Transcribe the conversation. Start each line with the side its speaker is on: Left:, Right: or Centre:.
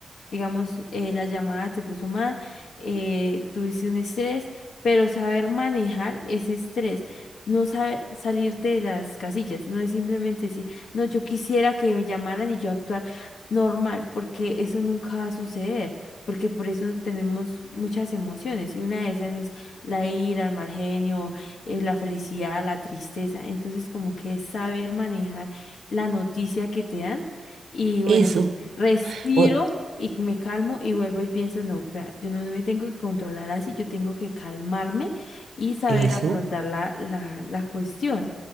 Left: digamos, eh, la llamada te puso mal, eh, tuviste un estrés, pero saber manejar ese estrés, no saber salirte de las casillas, no es simplemente decir, no, yo quisiera que me llamaran y yo actuar normal, porque eso nunca va a suceder. Porque por eso tenemos muchas emociones y una de esas es la ira, el mal genio, eh, la felicidad, la tristeza. Entonces como que es saber manejar la noticia que te dan y bueno,
Right: Eso,
Left: respiro
Right: o
Left: y me calmo y vuelvo y pienso, no, vea, yo no me tengo que controlar así, yo tengo que calmarme y saber
Right: eso,
Left: afrontar la, la, la cuestión.